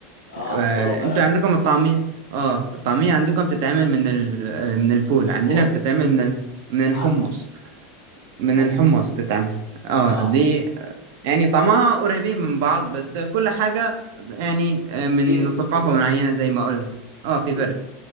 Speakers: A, on the left; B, on the right.
A: آه
B: آه،
A: فول وفلافل
B: انتوا عندكم الطعمية اه الطعمية عندكم بتتعمل من ال... آه، من الفول
A: من الفول
B: عندنا بتتعمل من ال... من الحمص
A: العدس
B: من
A: الحمص
B: الحمص تتعمل اه
A: آه
B: دي يعني طعمها قريبين من بعض بس كل حاجة يعني آه، من
A: أكيد
B: ثقافة
A: في فرق
B: معينة زي ما قلت اه في
A: أكيد
B: فرق